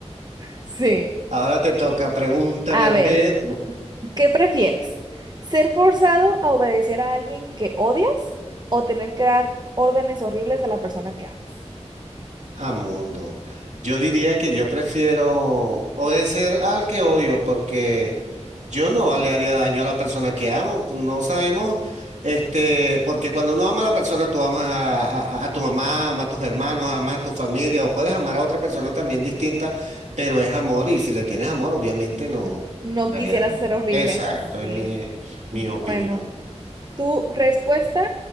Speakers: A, on the right; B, on the right.
A: Sí.
B: <laughs> Ahora te toca, pregúntame
A: A
B: a
A: ver.
B: ver,
A: ¿Qué prefieres? ¿Ser forzado a obedecer a alguien que odias o tener que dar órdenes horribles a la persona que amas?
B: a mundo. Yo diría que yo prefiero obedecer al que odio, porque... Yo no le haría daño a la persona que amo. pues, No sabemos, este, porque cuando uno ama a la persona, tú amas a, a- a tu mamá, amas a tus hermanos, amas a tu familia, o puedes amar a otra persona también distinta, pero es amor y si le tienes amor, obviamente no,
A: N- No
B: no le
A: quisieras
B: harías daño.
A: ser horrible.
B: Exacto,
A: Sí.
B: es mi, mi
A: Bueno,
B: opinión.
A: tu respuesta